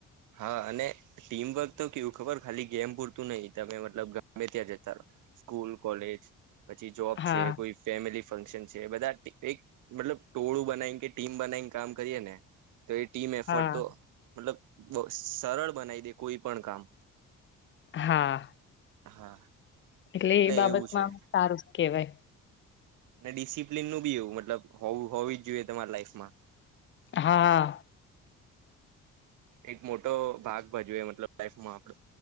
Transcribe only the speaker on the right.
હા અને ટીમવર્ક તો કેવું ખબર ખાલી ગેમ પૂરતું નહિ તમે મતલબ ગમે ત્યાં જતા રહો. સ્કૂલ કોલેજ પછી જોબ
છે કોઈ ફેમિલી ફંક્શન છે બધા એક મતલબ ટોળું બનાવીને કે ટીમ બનાવીને કામ કરીએ ને તો એ ટીમ એફર્ટ
તો મતલબ સરળ બનાવી દે કોઈ પણ કામ
હા
એવું છે
અને ડિસિપ્લિન નું બી એવું મતલબ હોવું હોવી જ જોઈએ તમારી લાઈફમાં
એક મોટો ભાગ ભજવે મતલબ લાઈફમાં આપડો